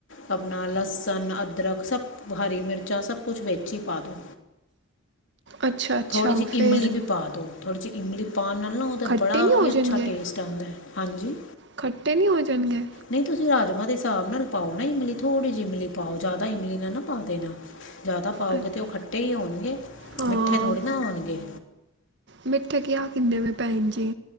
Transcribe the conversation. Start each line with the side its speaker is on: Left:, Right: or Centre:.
Left: ਆਪਨਾ ਲਸ -ਸਨ, ਅਦਰਕ ਸਭ ਹਰੀ ਮਿਰਚਾਂ ਸਭ ਕੁਛ ਵਿੱਚ ਈ ਪਾ ਦੋ।
Right: ਅੱਛਾ ਅੱਛਾ
Left: ਥੋੜੀ ਜਿ
Right: ਫਿਰ
Left: ਇਮਲੀ ਵੀ ਪਾ ਦੋ, ਥੋੜੀ ਜਿ ਇਮਲੀ ਪਾਨ ਨਾਲ ਨਾ ਓਦਾ
Right: ਖੱਟੇ
Left: ਤਾਂ ਬੜਾ
Right: ਨਹੀਂ ਹੋ
Left: ਹੀ ਅੱਛਾ
Right: ਜਾਣਗੇ
Left: ਟੇਸਟ -ਟ ਆਂਦੈ। ਹਾਂਜੀ
Right: ਖੱਟੇ ਨੀ ਹੋ ਜਾਨਗੇ?
Left: ਨਈ ਤੁਸੀਂ ਰਾਜਮਾਂ ਦੇ ਹਿਸਾਬ ਨਾਲ ਪਾਓ ਨਾ ਇਮਲੀ, ਥੋੜ੍ਹੀ ਜਿ ਇਮਲੀ ਪਾਓ ਜਿਆਦਾ ਇਮਲੀ ਨਾ-ਨਾ ਪਾ ਦੇਨਾ। ਜਾਦਾ ਪਾਓਗੇ
Right: ਅੱਛ-
Left: ਤੇ ਓ ਖੱਟੇ ਈ ਹੋਨਗੇ,
Right: ਹਾਂ
Left: ਮਿੱਠੇ ਥੋੜ੍ਹੇ ਨਾ ਹੋਣਗੇ।
Right: ਮਿੱਠੇ ਕੀਆ ਕਿੰਨੇ ਵੇ ਭੈਨ ਜੀ?